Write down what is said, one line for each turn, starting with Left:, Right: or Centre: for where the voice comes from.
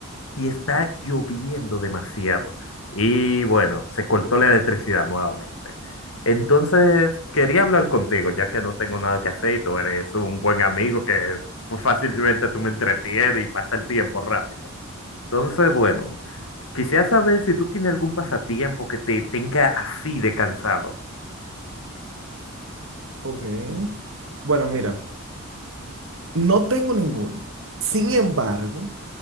Left: y está lloviendo demasiado. Y bueno, se cortó la electricidad nuevamente. Entonces, quería hablar contigo, ya que no tengo nada que hacer y tú eres un buen amigo que pues, fácilmente tú me entretienes y pasa el tiempo rápido. Entonces, bueno, quisiera saber si tú tienes algún pasatiempo que te tenga así de cansado.
Right: Ok. Bueno, mira, no tengo ninguno. Sin embargo,